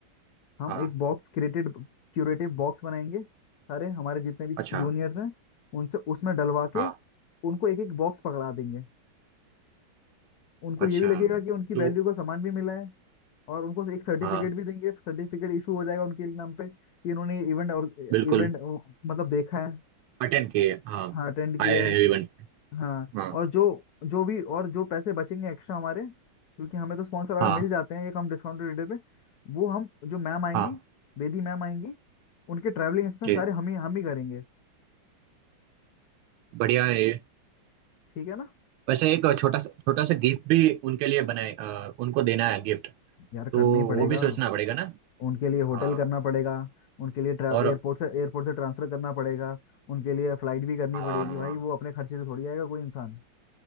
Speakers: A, on the left; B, on the right.
A: हम
B: हाँ
A: एक बॉक्स क्रिएटेड क्यूरेटिव बॉक्स बनाएंगे सारे हमारे जितने भी
B: अच्छा
A: जूनियर्स हैं उनसे उसमें डलवा के
B: हाँ
A: उनको एक एक बॉक्स पकड़ा देंगे उनको
B: अच्छा
A: ये भी लगेगा कि उनकी वैल्यू
B: तो
A: का सामान भी मिला है और उनको एक सर्टिफिकेट
B: हाँ
A: भी देंगे सर्टिफिकेट इशू हो जाएगा उनके नाम पे कि इन्होंने इवेंट और
B: बिल्कुल
A: इवेंट मतलब देखा है
B: अटेंड किए हाँ
A: हाँ अटेंड
B: आए
A: किया
B: हैं
A: है
B: इवेंट
A: हाँ
B: हाँ
A: और जो जो भी और जो पैसे बचेंगे एक्स्ट्रा हमारे क्योंकि हमें तो स्पॉन्सर अगर
B: हाँ
A: मिल जाते हैं ये कम डिस्काउंटेड रेट पे वो हम जो मैम आएंगी
B: हाँ
A: बेदी मैम आएंगी उनके ट्रैवलिंग एक्सपेंस
B: जी
A: सारे हम ही हम ही करेंगे
B: बढ़िया है ये।
A: ठीक है ना
B: वैसे एक छोटा सा छोटा सा गिफ्ट भी उनके लिए बनाए अ, उनको देना है गिफ्ट
A: यार
B: तो
A: करना ही पड़ेगा
B: वो भी सोचना पड़ेगा ना
A: उनके लिए होटल
B: हाँ
A: करना पड़ेगा उनके लिए
B: और
A: एयरपोर्ट से एयरपोर्ट से ट्रांसफर करना पड़ेगा उनके लिए फ्लाइट भी करनी
B: हाँ
A: पड़ेगी भाई वो अपने खर्चे से थोड़ी आएगा कोई इंसान